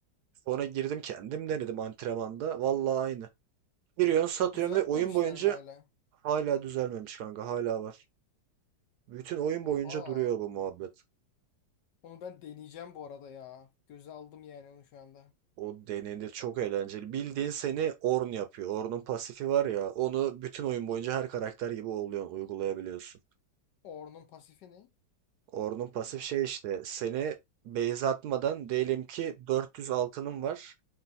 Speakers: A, on the right; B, on the left.
A: Sonra girdim kendim denedim antrenmanda. Vallahi aynı. Giriyorsun satıyorsun
B: Düzeltmemişler
A: ve oyun boyunca
B: mi hala?
A: hala düzelmemiş kanka hala var. Bütün oyun boyunca
B: Oha.
A: duruyor bu muhabbet.
B: Onu ben deneyeceğim bu arada ya. Göze aldım yani onu şu anda.
A: O denenir çok eğlenceli. Bildiğin seni Ornn yapıyor. Ornn'un pasifi var ya onu bütün oyun boyunca her karakter gibi oluyor, uygulayabiliyorsun.
B: Ornn'un pasifi ne?
A: Ornn'un pasif şey işte seni base atmadan diyelim ki 400 altının var.